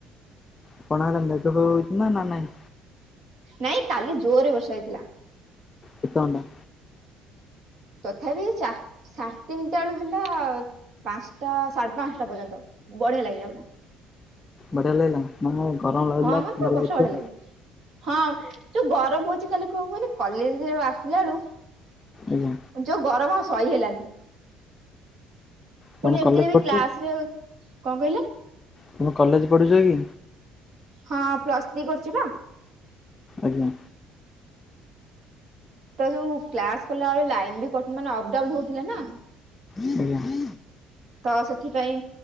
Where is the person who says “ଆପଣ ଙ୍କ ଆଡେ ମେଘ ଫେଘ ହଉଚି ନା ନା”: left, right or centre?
Left